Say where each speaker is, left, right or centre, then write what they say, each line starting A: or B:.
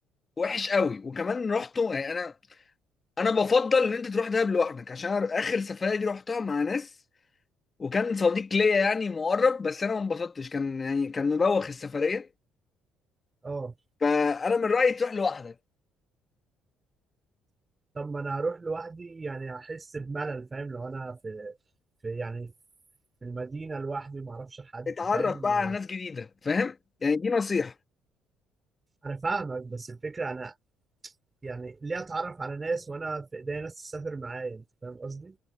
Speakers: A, on the left; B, on the right.
A: وحش قوي وكمان رحته يعني انا انا بفضل ان انت تروح دهب لوحدك عشان اخر سفرية دي رحتها مع ناس وكان صديق ليا يعني مقرب بس انا ما انبسطتش كان يعني كان مبوخ السفريه
B: اه
A: فانا من رايي تروح لوحدك
B: طب ما انا هروح لوحدي يعني هحس بملل فاهم لو انا في في يعني في المدينه لوحدي ما اعرفش حد
A: اتعرف
B: فاهم
A: بقى على ناس جديده فاهم يعني دي نصيحه
B: انا فاهمك بس الفكره انا يعني ليه اتعرف على ناس وانا في ايديا ناس تسافر معايا انت فاهم قصدي